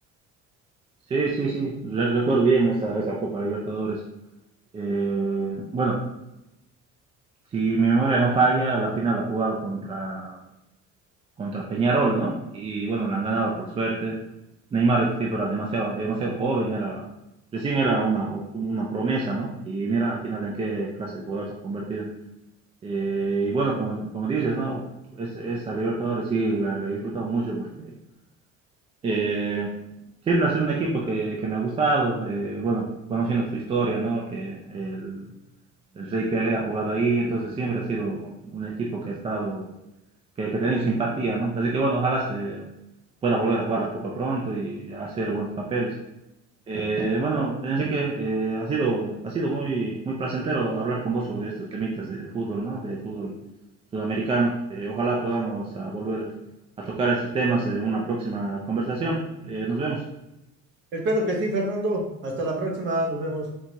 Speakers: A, on the right; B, on the right.
A: Sí, sí, sí, re- recuerdo bien esa, esa Copa Libertadores. Eh, bueno, si mi memoria no falla, la final la ha jugado contra, contra Peñarol, ¿no? Y bueno, la han ganado por suerte. Neymar este tipo era demasiado, demasiado joven, era, recién era una, una promesa, ¿no? Y mira al final en qué clase de jugador se ha convertido. Eh, y bueno, como, como dices, ¿no? Es, esa Libertadores sí la, la he disfrutado mucho porque eh, siempre ha sido un equipo que, que me ha gustado, eh, bueno, conociendo su historia, ¿no? Que el, el Rey Pelé ha jugado ahí, entonces siempre ha sido un equipo que ha estado, que, que ha tenido simpatía, ¿no? Así que bueno, ojalá se, pueda volver a jugar la Copa pronto y hacer buenos papeles. Eh, bueno, Enrique, eh, ha sido, ha sido muy, muy placentero hablar con vos sobre estos temitas de, de fútbol, ¿no? De fútbol sudamericano. Eh, ojalá podamos ah, volver a tocar estos temas en una próxima conversación. Eh, nos vemos.
B: Espero que sí, Fernando. Hasta la próxima, nos vemos.